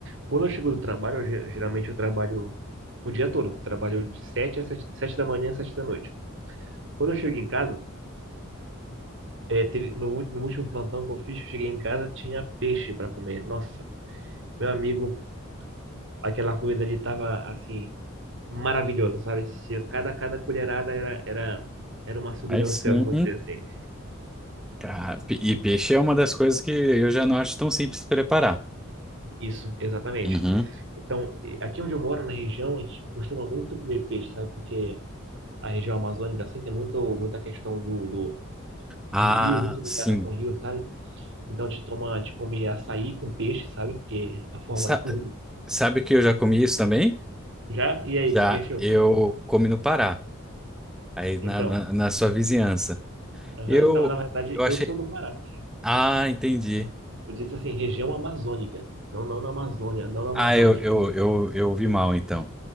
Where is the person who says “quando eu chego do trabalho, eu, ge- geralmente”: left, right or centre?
Right